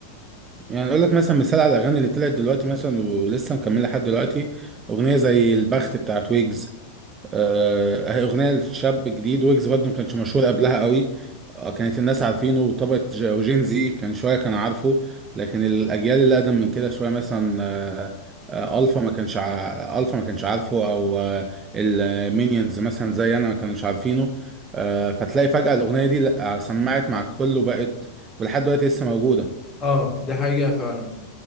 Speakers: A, on the right; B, on the left.
A: يعني اقول لك مثلا مثال على الاغاني اللي طلعت دلوقتي مثلا ولسه مكمله لحد دلوقتي اغنيه زي البخت بتاعت ويجز آه، هي اغنيه لشاب جديد ويجز برضه ما كانش مشهور قبلها قوي آه، كانت الناس عارفينه وطبقه ج- وجين زي كان شويه كان عارفه لكن الاجيال اللي اقدم من كده شويه مثلا آه، آه، الفا ما كانش ع... الفا ما كانش عارفه او آه، المينيونز مثلا زي انا ما كانوش عارفينه آه، فتلاقي فجاه الاغنيه دي لأ، سمعت مع الكل وبقت ولحد دلوقتي لسه موجوده
B: اه دي حقيقة فعلا